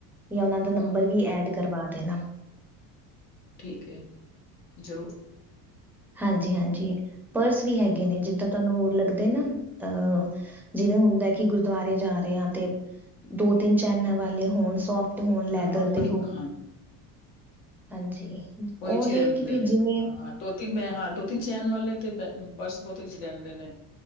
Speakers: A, in the centre; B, on the left.
A: ਜਾਂ ਉਹ ਦਾ ਨੰਬਰ
B: ਹਾਂ ਜ਼ਰੂਰ।
A: ਵੀ ਐਡ ਕਰਵਾ ਦੇਣਾ
B: ਠੀਕ ਹੈ। ਜ਼ਰੂਰ
A: ਹਾਂਜੀ ਹਾਂਜੀ ਪਰਸ ਵੀ ਹੈਗੇ
B: ਹਾਂ,
A: ਨੇ ਜਿੱਦਾਂ ਤੁਹਾਨੂੰ ਲੱਗਦੇ ਨਾ ਅਹ ਜਿਵੇਂ ਹੁੰਣਦਾ ਕਿ ਗੁਰਦੁਆਰੇ ਜਾ ਰਹੇ ਆ ਤੇ ਦੋ ਤਿੰਨ ਚੈਨਾਂ ਵਾਲੇ ਹੋਣ ਸੋਫ ਹੋਣ ਲੈਦਰ
B: ਹਾਂ ਉਹੀ
A: ਦੇ ਹੋਣ
B: ਹਾਂ,
A: ਹਾਂਜੀ
B: ਓਹੀ
A: ਉਹ
B: ਚ
A: ਹੈ
B: ਰਿਹੰਦੇ
A: ਕਿ ਫਿਰ
B: ਨੇ
A: ਜਿਵੇਂ
B: ਦੋ ਤਿੰਨ ਬ ਹਾਂ ਦੋ ਤਿੰਨ ਚੈਨ ਵਾਲੇ ਤੇ ਪਰਸ ਬਹੁਤ ਹੀ ਰਹਿੰਦੇ ਨੇ